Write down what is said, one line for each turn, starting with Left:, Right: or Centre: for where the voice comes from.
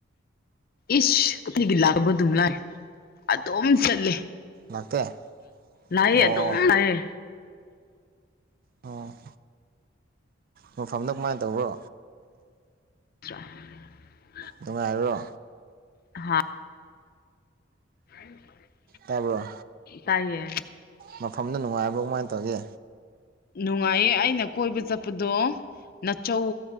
Left: ꯏꯁ ꯀꯔꯤꯒꯤ ꯂꯥꯛꯄ ꯑꯗꯨꯝ ꯂꯥꯏ ꯑꯗꯨꯝ ꯆꯠꯂꯦ
Right: ꯂꯥꯛꯇꯦ
Left: ꯂꯥꯛꯌꯦ
Right: ꯑꯣ
Left: ꯑꯗꯨꯝ ꯂꯥꯛꯌꯦ
Right: ꯑꯣ ꯃꯐꯝꯗꯣ ꯀꯃꯥꯏꯅ ꯇꯧꯕ꯭ꯔꯣ
Left: <unintelligible>
Right: ꯅꯨꯡꯉꯥꯏꯔꯣ
Left: ꯍꯥꯥ <inaudible>
Right: ꯇꯥꯕꯔ꯭
Left: ꯇꯥꯏꯌꯦ
Right: ꯃꯐꯝꯗ ꯅꯨꯡꯉꯥꯏꯕ꯭ꯔꯣ ꯀꯃꯥꯏꯅ ꯇꯧꯒꯦ
Left: ꯅꯨꯡꯉꯥꯏꯌꯦ ꯑꯩꯅ ꯀꯣꯏꯕ ꯆꯠꯄꯗꯣ ꯅꯆꯧ